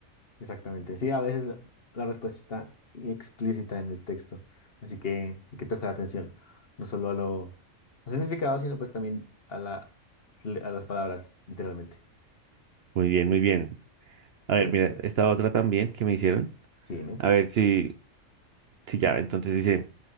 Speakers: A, on the left (about 50°); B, on the right (about 60°).
A: Exactamente. Sí, a veces la, la respuesta está explícita en el texto, así que hay que prestar atención, no solo a lo, al significado, sino pues también a la, a las palabras, literalmente.
B: Muy bien, muy bien. A
A: Perfecto.
B: ver, mira, esta otra también que me hicieron.
A: Sí, dime.
B: A ver si, si ya, entonces dice,